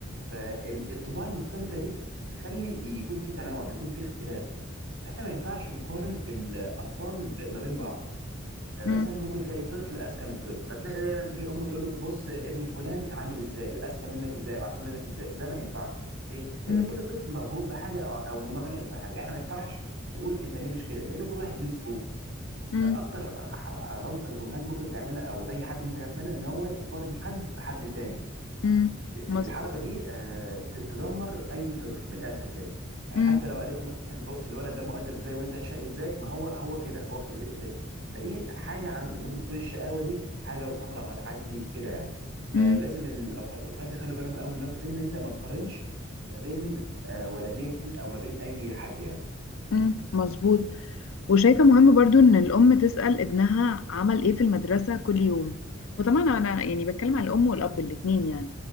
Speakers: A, on the right; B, on the left.
A: فالطباع المختلفة دي تخلي يكون في تنوع بيكون في اختلاف فاحنا ما ينفعش نقارن الاطفال ب- ما بين بعض مثلا
B: مم،
A: ممكن تلاقي طفل اذكى من طفل فتلاقي دايما ايه امه تقول له بص ابن فلان عامل ازاي اذكى منك ازاي واحسن منك ازاي ده ما ينفعش ليه لان
B: مم،
A: كل طفل موهوب بحاجه او أو مميز بحاجه احنا ما ينفعش نقول انت ليه مش كده لان كل واحد ليه ظروفه
B: مم،
A: فاكتر غلطه الامهات ممكن تعملها او اي حد ممكن يعملها ان هو يقارن حد بحد تاني
B: مم.
A: ت-
B: مظبوط
A: الحركه دي آه، ت- تدمر اي طفل من الاخر كده يعني
B: مم،
A: حتى لو قالت له مثلا بص الولد ده مؤدب ازاي وانت شقي ازاي ما هو هو كده هو خلقته كده فدي حاجه عنده ممكن تكون الشقاوه دي حاجه بفتره وهتعدي كده يعني فلازم
B: مم،
A: الابهات والامهات يخلوا بالهم قوي من النقطه دي ان انت ما تقارنش ما بين آه، ولدين او ما بين اي حد يعني
B: مم، مظبوط وشايفة مهم برضو ان الام تسأل ابنها عمل ايه في المدرسة كل يوم وطبعا انا يعني بتكلم على الام والاب الاتنين يعني